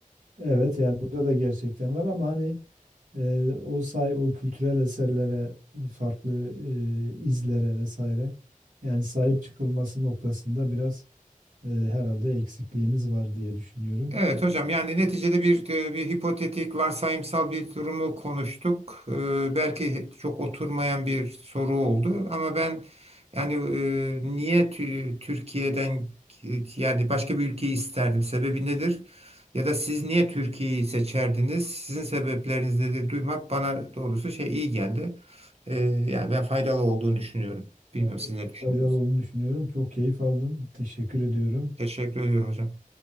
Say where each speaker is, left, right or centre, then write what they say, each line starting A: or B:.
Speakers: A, on the right; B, on the right.
A: Evet yani burada da gerçekten var ama hani e, o say o kültürel eserlere farklı e, izlere vesaire yani sahip çıkılması noktasında biraz e, herhalde eksikliğimiz var diye düşünüyorum.
B: Evet hocam yani neticede bir e, bir hipotetik varsayımsal bir durumu konuştuk. Ee, belki çok oturmayan bir soru oldu ama ben yani e, niye tü- Türkiye'den yani başka bir ülkeyi isterdim? Sebebi nedir? Ya da siz niye Türkiye'yi seçerdiniz? Sizin sebepleriniz nedir? Duymak bana doğrusu şey iyi geldi. Ee, yani ben faydalı olduğunu düşünüyorum. Bilmiyorum
A: Ben
B: siz
A: de çok
B: ne düşünüyorsunuz?
A: faydalı olduğunu düşünüyorum. Çok keyif aldım. Teşekkür ediyorum.
B: Teşekkür ediyorum hocam.